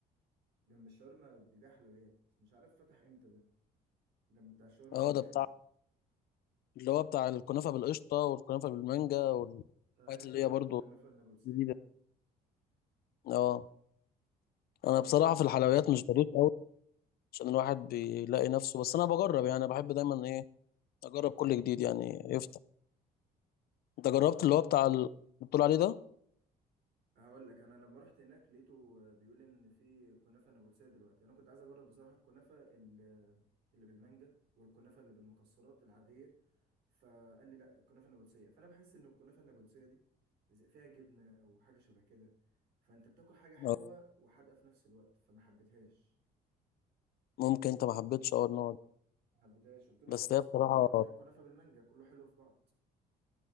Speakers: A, on the right; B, on the left.
A: جنب الشاورما بيبيع حلويات مش عارف فتح امتى ده جنب بتاع الشاورما
B: اه
A: اللي عند
B: ده
A: خدمة
B: بتاع اللي هو بتاع الكنافه بالقشطه والكنافه بالمانجا والحاجات
A: ايوه
B: اللي هي برضو
A: الكنافة النابلسية
B: جديده اه انا
A: الكنافة
B: بصراحه في الحلويات مش ظريف قوي عشان الواحد بيلاقي نفسه بس انا بجرب يعني بحب دايما ايه اجرب كل جديد يعني يفتح انت
A: خلاص
B: جربت اللي هو بتاع ال- اللي بتقول عليه ده
A: هقول لك انا لما رحت هناك لقيته بيقول ان في كنافه نابلسيه دلوقتي انا كنت عايز اجرب بصراحه الكنافه اللي اللي بالمانجا والكنافه اللي بالمكسرات العاديه فقال لي لا الكنافه النابلسيه فانا بحس ان الكنافه النابلسيه دي زي- فيها جبنه او حاجه شبه كده فانت بتاكل حاجه حلوه
B: آه.
A: وحادقه في نفس الوقت فما حبيتهاش
B: ممكن انت ما حبيتش اه النوع ده
A: ما حبيتهاش قلت له
B: بس
A: خلاص
B: هي بصراحه
A: ما خليها كنافه بالمانجا كله حلو في بعض